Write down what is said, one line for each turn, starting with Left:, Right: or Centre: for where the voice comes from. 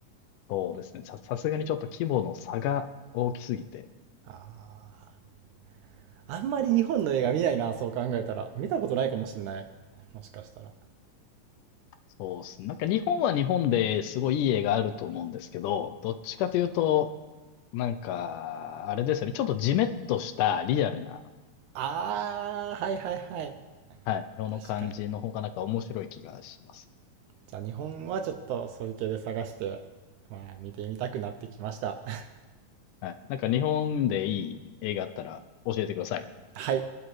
Left: そうですね。さ、さすがにちょっと規模の差が大きすぎて。
Right: ああ、あんまり日本の映画見ないな、そう考えたら。見たことないかもしんない。もしかしたら。
Left: そうですね。なんか日本は日本ですごいいい絵があると思うんですけど、どっちかというと、なんか、あれですよね。ちょっとジメッとしたリアルな、
Right: ああ、はいはいはい。
Left: はい、日本の感じの方がなんか面白い気がします。
Right: 確かに。じゃあ日本はちょっとそういう系で探して、まあ見てみたくなってきました。<laughs>
Left: はい。なんか日本でいい映画あったら教えてください。
Right: はい。